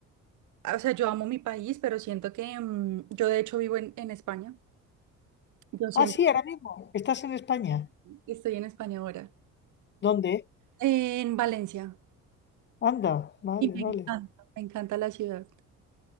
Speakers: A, on the right; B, on the left.
A: o sea, yo amo mi país, pero siento que mm, yo de hecho vivo en, en España. Yo siento
B: Ah, sí, ahora mismo. ¿Estás en España?
A: que estoy en España ahora,
B: ¿Dónde?
A: en Valencia.
B: Anda, vale,
A: Y me
B: vale.
A: encanta, me encanta la ciudad.